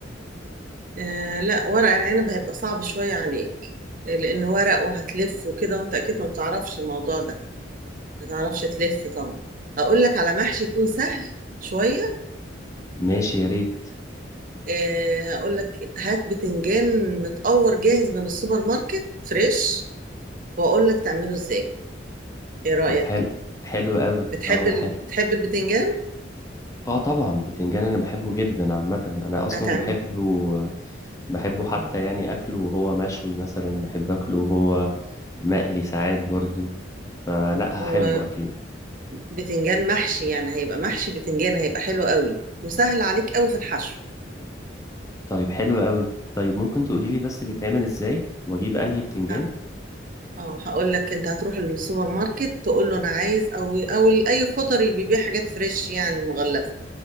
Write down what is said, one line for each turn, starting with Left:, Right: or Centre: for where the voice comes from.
Right: آه لا ورق العنب هيبقى صعب شوية عليك آه، لان ورق وهتلف وكده وانت اكيد ما بتعرفش الموضوع ده ما تعرفش تلف طبعا هقول لك على محشي يكون سهل شوية
Left: ماشي يا ريت
Right: آه هقول لك هات بتنجان متقور جاهز من السوبر ماركت فريش واقول لك تعمله ازاي ايه رأيك
Left: طب حلو حلو قوي
Right: بتحب
Left: اه
Right: ال...
Left: حلو
Right: بتحب البتنجان
Left: اه طبعا بتنجان انا بحبه جدا عامه انا اصلا
Right: هتعمل
Left: بحبه بحبه حتى
Right: مم.
Left: يعني اكله وهو مشوي مثلا بحب اكله وهو مقلي ساعات برضو فلا
Right: هو
Left: هحبه اكيد
Right: بتنجان محشي يعني هيبقى محشي بتنجان هيبقى حلو قوي وسهل عليك قوي في الحشو
Left: طيب حلو قوي طيب ممكن تقولي لي بس بيتعمل ازاي واجيب انهي بتنجان
Right: ه- اه هقول لك انت هتروح السوبر ماركت تقول له انا عايز او او اي خضري بيبيع حاجات فريش يعني مغلفه